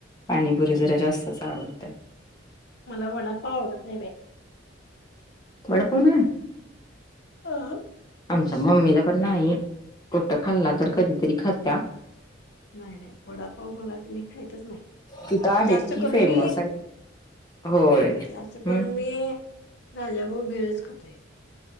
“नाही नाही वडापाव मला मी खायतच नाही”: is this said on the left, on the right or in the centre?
Left